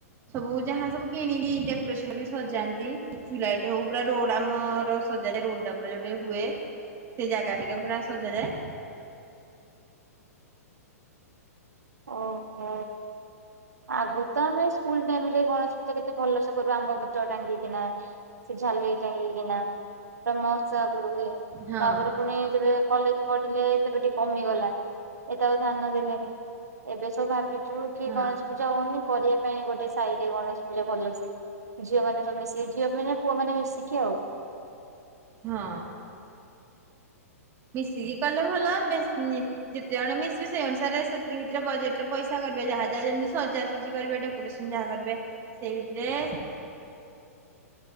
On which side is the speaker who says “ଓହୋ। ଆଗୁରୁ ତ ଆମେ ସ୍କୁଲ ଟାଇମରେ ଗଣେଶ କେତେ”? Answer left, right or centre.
Right